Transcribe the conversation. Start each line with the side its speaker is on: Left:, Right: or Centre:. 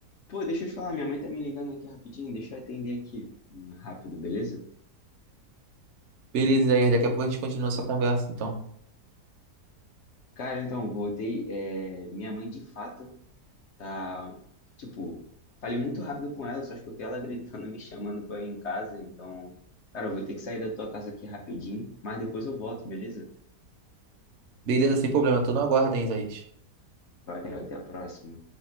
Left: Pô, deixa eu te falar, minha mãe tá me ligando aqui rapidinho, deixa eu atender aqui hum, rápido, beleza?
Right: Beleza, Isaías, daqui a pouco a gente continua essa conversa, então.
Left: Cara, então, voltei. é, minha mãe de fato Tá, tipo, falei muito rápido com ela, só escutei ela <laughs> gritando, me chamando pra ir em casa. Então, cara, eu vou ter que sair da tua casa aqui rapidinho, mas depois eu volto, beleza?
Right: Beleza, sem problema, tô no aguardo, hein, Isaías.
Left: Valeu, até a próxima.